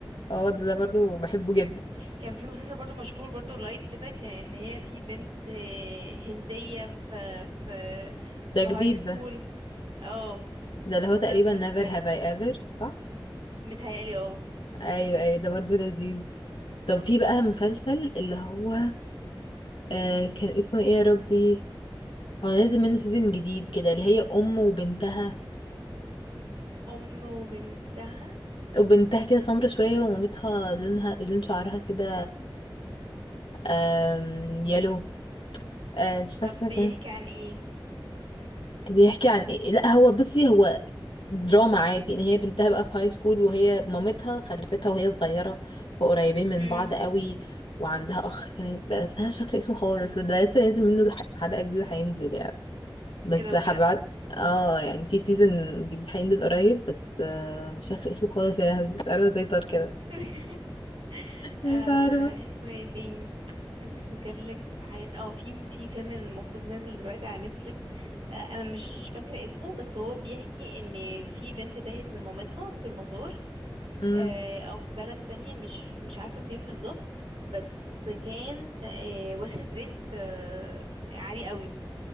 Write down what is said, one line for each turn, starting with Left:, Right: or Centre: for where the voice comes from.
Left: اه ده ده برضو بحبه جدا
Right: كان في مسلسل برضو مشهور برضو لايت كده كان ان هي في بنت آه، هندية في في
Left: ده
Right: في هاي
Left: جديد
Right: سكول
Left: ده
Right: اه
Left: ده اللي هو تقريبا
Right: ده اتفرجت
Left: never
Right: عليه
Left: have I ever صح
Right: متهيألي اه
Left: ايوه ايوه ده برضو لذيذ طب في بقى مسلسل اللي هو آه كان اسمه ايه يا ربي هو نازل منه سيزون جديد كده اللي هي ام وبنتها
Right: ام وبنتها
Left: وبنتها كده سمرة شوية ومامتها لونها لون شعرها كده آم، يلو آه، مش فاكرة
Right: طب بيحكي
Left: كان
Right: عن ايه
Left: بيحكي عن ايه لا هو بصي هو دراما عادي يعني هي بنتها بقى في هاي سكول وهي مامتها خلفتها وهي صغيرة فقريبين من
Right: امم
Left: بعض قوي وعندها اخ كان بقى- بس انا مش فاكرة اسمه خالص وده لسه نازل منه ح- حلقة جديدة هينزل يعني بس
Right: ايه ده بجد
Left: حبعت اه يعني في سيزون جديد هينزل قريب بس آه، مش فاكرة اسمه خالص يا لهوي مش عارفة ازاي طار كده
Right: <laughs> آه
Left: مش عارفة
Right: اسمه ايه تاني عايزة افتكر لك في حاجات اه في في فيلم المفروض نازل دلوقتي على نتفليكس آه انا مش فاكرة اسمه بس هو بيحكي ان في بنت تاهت من مامتها في المطار
Left: امم
Right: آه او في بلد تانية مش مش عارفة فين بالظبط بس كان آه واخد ريت آه عالي قوي